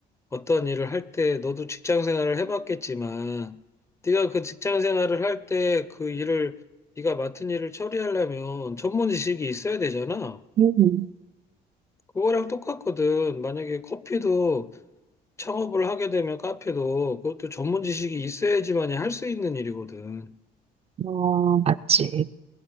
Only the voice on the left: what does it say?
어떤 일을 할 때 너도 직장 생활을 해봤겠지만 네가 그 직장 생활을 할 때 그 일을 네가 맡은 일을 처리하려면 전문 지식이 있어야 되잖아.
그거랑 똑같거든. 만약에 커피도 창업을 하게 되면 카페도 그것도 전문 지식이 있어야지만이 할 수 있는 일이거든.